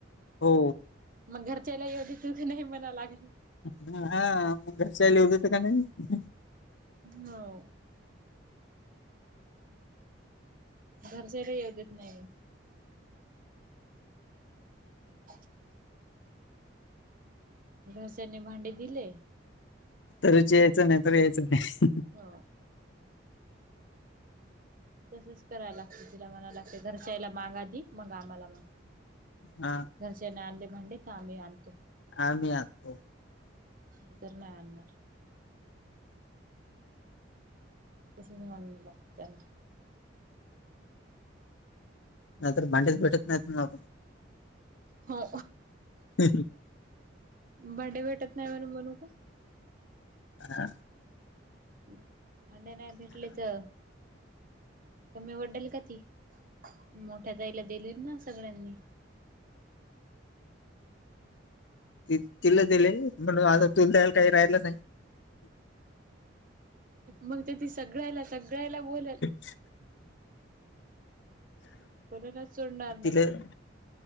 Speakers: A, on the left; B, on the right.
A: हो
B: मग घरच्याला येऊ देतील का नाही म्हणा लागल.
A: ह हा मग घरच्याला येऊ देता क नाही?
B: हो. घरच्या ले येऊ देत नाही. ् <inaudible> घरच्यानी भांडे दिले.
A: तरच यायचं. नाही तर यायचं नाही.
B: हो. तसच करायला लागतं. तिला मला लागत घरच्याला माग आधी. मग आम्हाला माग.
A: हा.
B: घरच्यांन आणले भांडे तर आम्ही आणतो.
A: आम्ही आणतो.
B: नाही तर नाही आणणार. तसाच म्हणायला लागतं त्यांना.
A: नाहीतर भांडेच भेटत नाहीत म्हणावं
B: हो.
A: हम्म हम्म.
B: भांडे भेटत नाही म्हणून म्हणू का?
A: हा.
B: भांडे नाही भेटले तर? कमी वटडेल का ती. मोठ्या ताईला दिलेत ना सगळ्यांनी.
A: ती-तिला
B: म्हणून
A: दिले, म्हणून आता तुला द्यायला, काही राहिलं नाही.
B: मग तर ती सगळ्याला सगळ्याला बोलेल
A: <inaudible>
B: कोणालाच सोडणार नाही.
A: तिल. <unintelligible>